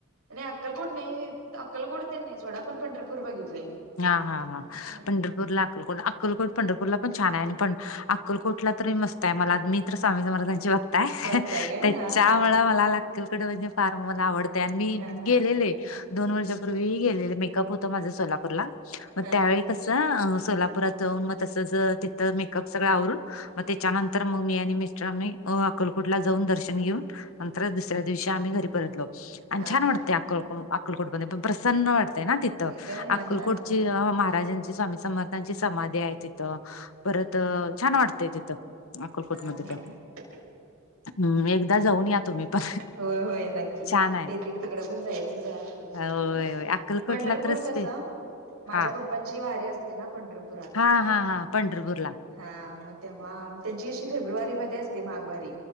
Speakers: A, on the right; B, on the left.
A: नाहीं अक्कलकोट नाहीं अक्कलकोट ते नाहीं सोंडा पणं पंढरपूर बघितले.
B: हां हां
A: हम्म
B: हां
A: हम्म
B: पंढरपूरला अक्कलकोट अक्कलकोट पंढरपूरला पणं छान आहे आणि पणं. अक्कलकोटलां तरी मस्तं आहे मलां मी तरं स्वामी समर्थ्यांची भक्त हांय.
A: बघताय
B: कायं
A: काय
B: त्यांच्यामुळे
A: हा हा
B: मलां चहा वडां अक्कलकोट म्हणजे फांर मलां आवडतं. मी
A: हा हा
B: गेलेले दोन वर्षापूर्वीही गेलेले मेकअप होतं माझ्या सोलापूरला. मंग
A: हा
B: त्यांवेळी कसं सोलापुरात जाऊंन मंग तसं जे तिथं मेकअप सगळं आवरूंन
A: हम्म
B: मंग त्यांच्यानंतर मंग मी आणि मिस्टरी अकलकोटला जाऊंन दर्शन घेऊंन नंतर दुसऱ्यां दिवशी आम्हीं घरी परतलो आणि
A: हा
B: छान
A: हा
B: वाटते अकलको अकलकोटप पणं प्रसन्न वाटतं ना तिथं!
A: होय काय हा
B: अक्कलकोटचे
A: हा
B: महाराजांची स्वामी समर्थांची समाधी आहे. तिथं परत छान वाटतेय. तिथं अकलकोटमध्ये
A: हा हा
B: पण
A: <inaudible>
B: हम्म एकदा जाऊन या तुम्ही पण
A: होय होय, नक्की
B: छान आहे.
A: ते तिकड पण जायचं हाय. कुठ
B: होय
A: पण
B: होय अक्कलकोटला
A: पंढरपूर
B: तर स्पे
A: कस! माझ्या
B: हा
A: पप्पांची वारी असते. ना पंढपूर
B: हा हा हा, पंढरपूर ला
A: हा मग तेव्हा त्यांची अशी फेब्रुवारी मध्ये असते. माघवारी